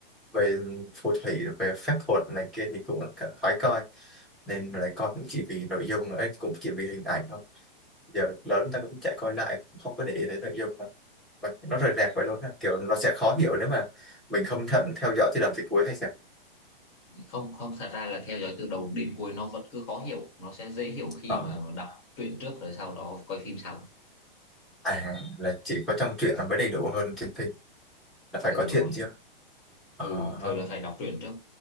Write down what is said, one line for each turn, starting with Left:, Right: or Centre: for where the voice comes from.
Centre: về phù thủy về phép thuật này kia thì cũng cả khoái coi nên lại coi cũng chỉ vì nội dung ấy cũng chỉ vì hình ảnh thôi giờ lớn ta cũng chạy coi lại cũng không có để ý tới nội dung mà mà nó rời rạc vậy luôn á kiểu nó sẽ khó hiểu nếu mà mình không thận theo dõi thì làm việc cuối hay sao
Left: không không thật ra là theo dõi từ đầu đến cuối nó vẫn cứ khó hiểu nó sẽ dễ hiểu khi
Centre: Ờ.
Left: mà đọc truyện trước rồi sau đó coi phim sau
Centre: à là chỉ có trong truyện là mới đầy đủ hơn trên phim là phải
Left: ừ
Centre: có
Left: đúng
Centre: chuyện
Left: rồi
Centre: chưa ờ.
Left: ừ thường là phải đọc truyện trước